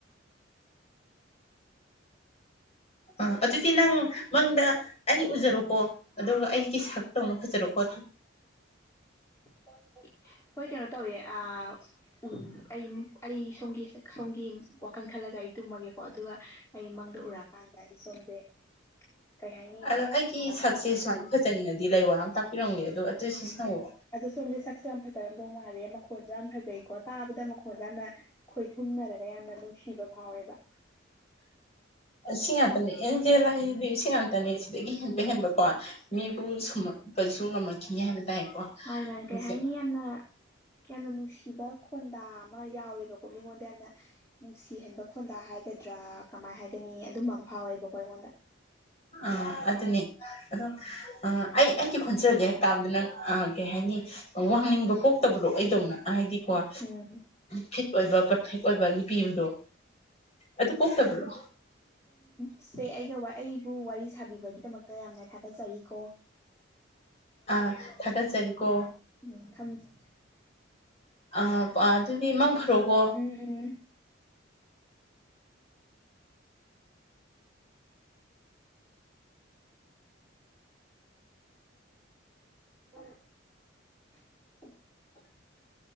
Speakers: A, on the left; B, on the left.
A: ꯑꯥ ꯑꯗꯨ ꯑꯗꯨꯗꯤ ꯅꯪ ꯃꯪꯗ ꯑꯩ ꯎꯖꯔꯣꯀꯣ ꯑꯗꯨꯒ ꯑꯩꯒꯤ ꯁꯛꯇꯧꯅ ꯐꯖꯔꯣꯀꯣ
B: ꯍꯣꯏ ꯍꯣꯏ ꯍꯣꯏ ꯀꯩꯅꯣ ꯇꯧꯋꯦ ꯑꯥ ꯎꯝ ꯑꯩ ꯑꯩ ꯁꯣꯝꯒꯤ ꯁꯣꯝꯒꯤ ꯋꯥꯈꯜ ꯈꯜꯂꯒ ꯑꯩ ꯇꯨꯝꯃꯒꯦꯀꯣ ꯑꯗꯨꯒ ꯑꯩ ꯃꯪꯗ ꯎꯔꯛꯑꯀꯥꯟꯗ ꯑꯩ ꯁꯣꯝꯁꯦ ꯀꯩ ꯍꯥꯏꯅꯤ
A: ꯑꯗꯣ ꯑꯩꯒꯤ
B: ꯑꯥ
A: ꯁꯛꯁꯦ ꯁꯨꯃꯥꯏꯅ ꯐꯖꯅꯤꯡꯉꯗꯤ ꯂꯥꯏꯋꯥ ꯑꯝ ꯇꯥꯛꯄꯤꯔꯝꯒꯦ ꯑꯗꯣ ꯑꯗꯨ ꯁꯤꯖꯤꯟꯅꯧꯋꯣ
B: ꯁꯣꯝꯖꯦ ꯁꯛꯁꯨ ꯌꯥꯝ ꯐꯖꯔꯝꯗꯧ ꯃꯥꯂꯦ ꯃꯈꯣꯟꯖꯨ ꯌꯥꯝ ꯐꯖꯩꯀꯣ ꯇꯥꯕꯗ ꯃꯈꯣꯟꯖꯦ ꯌꯥꯝꯅ ꯈꯣꯏꯊꯨꯝꯅꯔꯒ ꯌꯥꯝꯅ ꯅꯨꯡꯁꯤꯕ ꯐꯥꯎꯋꯦꯕ
A: ꯁꯤ ꯉꯥꯛꯇꯅꯦ ꯑꯦꯟꯖꯦꯜ ꯍꯥꯏꯖꯤꯗꯤ ꯁꯤ ꯉꯥꯛꯇꯅꯦ ꯁꯤꯗꯒꯤ ꯍꯦꯟꯕ ꯍꯦꯟꯕꯀꯣ ꯃꯤꯕꯨꯝ ꯁꯨꯝꯃꯛꯄꯖꯨ ꯉꯝꯃꯛꯈꯤꯅꯤ ꯍꯥꯏꯕ ꯇꯥꯏꯀꯣ
B: ꯃꯥꯅꯦ ꯃꯥꯅꯦ ꯀꯩ
A: ꯑꯩꯁꯦ
B: ꯍꯥꯏꯅꯤ ꯌꯥꯝꯅ ꯌꯥꯝꯅ ꯅꯨꯡꯁꯤꯕ ꯈꯣꯟꯗꯥ ꯑꯃ ꯌꯥꯎꯋꯦꯕꯀꯣ ꯃꯤꯉꯣꯟꯗ ꯌꯥꯝꯅ ꯅꯨꯡꯁꯤꯍꯟꯕ ꯈꯣꯟꯗꯥ ꯍꯥꯏ ꯒꯗ꯭ꯔꯥ ꯀꯃꯥꯏ ꯍꯥꯏꯒꯅꯤ ꯑꯗꯨꯝꯕ ꯑꯃ ꯐꯥꯎꯋꯦꯕꯀꯣ ꯑꯩꯉꯣꯟꯗ
A: ꯑ ꯑꯗꯨꯅꯦ ꯑꯗꯣ ꯑ ꯑꯩ ꯑꯩꯒꯤ ꯈꯣꯟꯖꯦꯜꯖꯦ ꯍꯦꯛ ꯇꯥꯕꯗ ꯅꯪ ꯑ ꯀꯩ ꯍꯥꯏꯅꯤ ꯋꯥꯉꯥꯡꯅꯤꯡꯕ ꯄꯣꯛꯇꯕꯗꯣ ꯑꯩꯗꯧꯅ ꯍꯥꯏꯗꯤꯀꯣ ꯑ
B: ꯎꯝ
A: ꯐꯤꯠ ꯑꯣꯏꯕ ꯄꯔꯐꯦꯛ ꯑꯣꯏꯕ ꯅꯨꯄꯤ ꯑꯕꯗꯣ ꯑꯗꯨ ꯄꯣꯛꯇꯕ꯭ꯔꯣ
B: ꯏꯆꯦ ꯑꯩꯒ ꯋꯥ ꯑꯩꯕꯨ ꯋꯥꯔꯤ ꯁꯥꯕꯤꯕꯒꯤꯗꯃꯛꯇ ꯌꯥꯝꯅ ꯊꯥꯒꯠꯆꯔꯤꯀꯣ
A: ꯑ ꯊꯥꯒꯠꯆꯔꯤꯀꯣ
B: ꯎꯝ ꯊꯝꯖ
A: ꯑ ꯑꯥ ꯑꯗꯨꯗꯤ ꯃꯪ ꯐꯔꯣꯀꯣ
B: ꯎꯝ ꯎꯝ <inaudible>